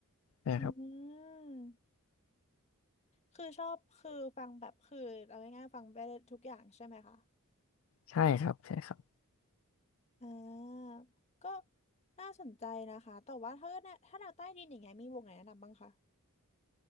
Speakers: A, on the left (about 65°); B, on the left (about 30°).
A: นะครับ
B: อืมคือชอบคือฟังแบบคือเอาง่ายๆฟังไปทุกอย่างใช่ไหมคะ
A: ใช่ครับใช่ครับ
B: อ่าก็น่าสนใจนะคะแต่ว่าถ้าเกิดเนี่ยถ้าแนวใต้ดินอย่างเงี้ยมีวงไหนแนะนำบ้างคะ